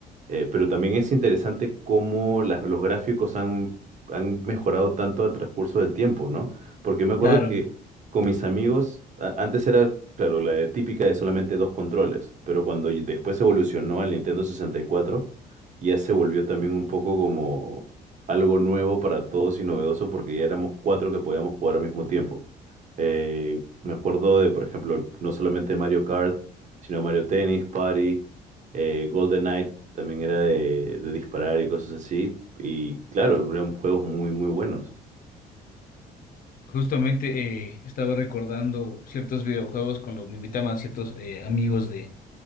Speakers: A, on the right (about 45°); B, on the left (about 55°).
A: Eh, pero también es interesante cómo las- los gráficos han, han mejorado tanto a transcurso del tiempo, ¿no? Porque yo me acuerdo
B: claro.
A: que con mis amigos, a- antes era, claro, la de típica de solamente dos controles, pero cuando y- después evolucionó al Nintendo sesenta y cuatro ya se volvió también un poco como algo nuevo para todos y novedoso porque ya éramos cuatro que podíamos jugar al mismo tiempo. Eh, me acuerdo de, por ejemplo, no solamente Mario Kart, sino Mario Tennis, Party, eh, Golden Knight también era de, de disparar y cosas así. Y claro, eran juegos muy, muy buenos.
B: Justamente eh, estaba recordando ciertos videojuegos cuando me invitaban ciertos eh, amigos de